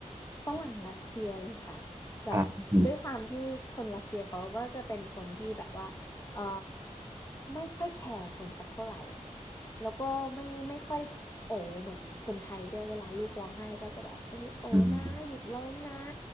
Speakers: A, on the left (about 20°); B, on the right (about 20°).
A: ฝรั่งรัสเซียเลยค่ะแบบด้วยความที่คนรัสเซียเขาก็จะเป็นคนที่แบบว่าเออ
B: ครับอืม
A: ไม่ค่อยแคร์คนสักเท่าไหร่แล้วก็ไม่ไม่ค่อยโอเหมือนคนไทยด้วยเวลาลูกร้องไห้ก็จะแบบเออโอนะหยุดร้องนะ
B: อืม